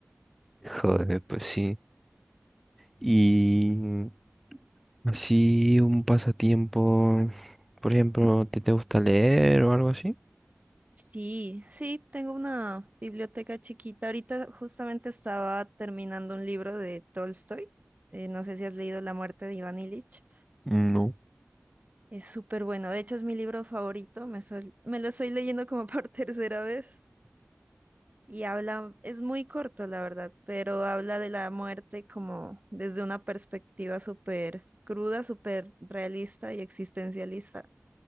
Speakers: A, in the centre; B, on the right (about 35°).
A: Joder, pues sí. Y así un pasatiempo, por ejemplo, ¿te, te gusta leer o algo así?
B: Sí, sí, tengo una biblioteca chiquita. Ahorita justamente estaba terminando un libro de Tolstoy. Eh, no sé si has leído La muerte de Iván Ilich.
A: no
B: Es súper bueno. De hecho, es mi libro favorito. Me, sol- me lo estoy leyendo como por <laughs> tercera vez. Y habla, es muy corto, la verdad, pero habla de la muerte como desde una perspectiva súper cruda, súper realista y existencialista.